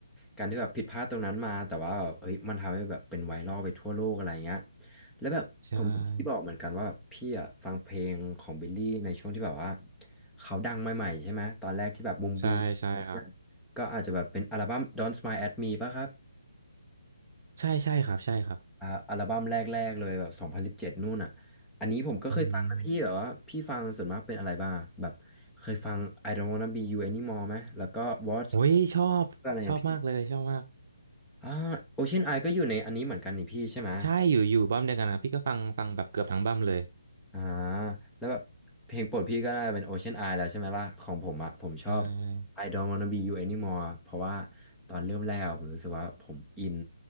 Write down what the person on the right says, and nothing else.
ใช่
ใช่ใช่ครับ
ใช่ใช่ครับใช่ครับ
อืม
โอ้ยชอบชอบมากเลยชอบมาก
ใช่ อยู่ อยู่บั้มเดียวกันครับพี่ก็ฟัง ฟังแบบเกือบทั้งบั้มเลย
ใช่